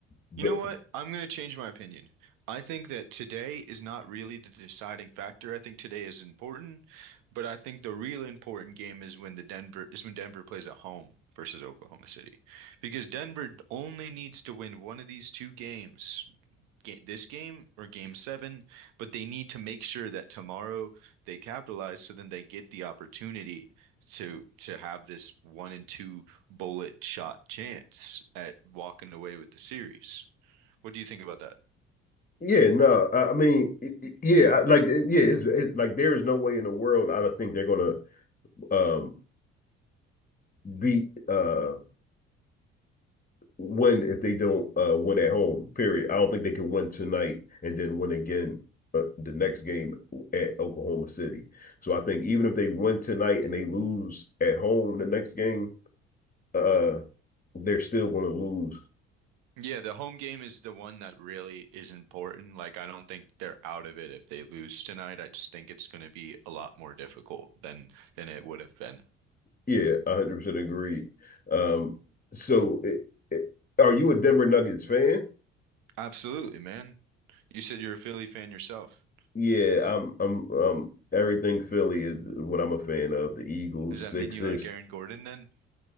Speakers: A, on the left; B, on the right.
A: but
B: You know what? I'm going to change my opinion. I think that today is not really the deciding factor. I think today is important, but I think the real important game is when the Denver is when Denver plays at home versus Oklahoma City. Because Denver only needs to win one of these two games, ga- this game or game seven, but they need to make sure that tomorrow they capitalize so then they get the opportunity to to have this one and two bullet shot chance at walking away with the series. What do you think about that?
A: yeah, no, I, I mean, it- yeah, like it- yeah, it's it, like there is no way in the world I don't think they're gonna um beat uh win if they don't uh win at home. Period. I don't think they can win tonight and then win again uh, the next game at Oklahoma City. So I think even if they win tonight and they lose at home the next game, uh they're still going to lose.
B: Yeah, the home game is the one that really is important. Like, I don't think they're out of it if they lose tonight. I just think it's going to be a lot more difficult than than it would have been.
A: Yeah, 100% agreed. Um so it, it, are you a Denver Nuggets fan?
B: Absolutely, man. You said you're a Philly fan yourself.
A: Yeah, I'm I'm um everything Philly is what I'm a fan of, the Eagles,
B: Does that
A: Sixers.
B: mean you like Aaron Gordon then?